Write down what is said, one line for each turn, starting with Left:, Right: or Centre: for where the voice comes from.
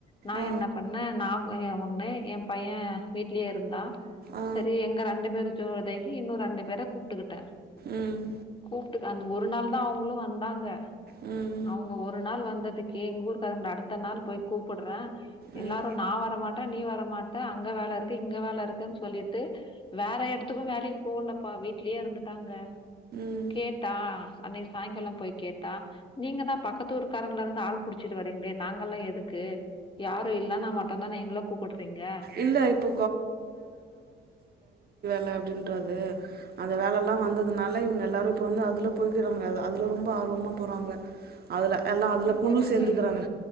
Left: நா
Right: ஆ
Left: என்ன பண்ணேன் நா என் ஒண்ணு என் பையன் வீட்லயே இருந்தான்
Right: ஆ
Left: செரி எங்க ரெண்டு பேரு ஜோ இதாகி இன்னும் ரெண்டு பேர கூப்பிட்கு ட்டே
Right: ம்
Left: கூப் டு அந்த ஒரு நாள் தான் அவங்களும் வந்தாங்க
Right: உம்
Left: அவங்க ஒரு நாள் வந்ததுக்கே எங்க ஊருக்காரங்கள அடுத்த நாள் போய் கூப்பிடுறேன் எல்லாரும்
Right: ம்
Left: நா வரமாட்டேன் நீ வரமாட்டேன் அங்க வேலை இருக்கு இங்க வேலை இருக்குன்னு சொல்லிட்டு வேற இடத்துக்கும் வேலைக்கு போகல அப்பா வீட்லயே இருந்துட்டாங்க
Right: ம்
Left: கேட்டா அன்னைக்கு சாயங்காலம் போய் கேட்டா நீங்க தான் பக்கத்து ஊருக்காரவங்கள இருந்து ஆள் புடிச்சிட்டு வர்ரீங்களே நாங்கெல்லாம் எதுக்கு யாரும் இல்லைன்னா மட்டும்தான் நீங்க எங்களை கூப்பிடுறீங்க
Right: இல்ல இப்போ ல அப்படின்றது அந்த வேலை எல்லாம் வந்த அதனால இவங்க எல்லாரும் இப்ப வந்து அதுல போய்க்கிறாங்க அதுல ரொம்ப ஆர்வமா போறாங்க அதுல
Left: ஆமா
Right: எல்லாம்
Left: அதுக்கும்
Right: அதுல குழு
Left: போறாங்க
Right: சேர்ந்துக்கிறாங்க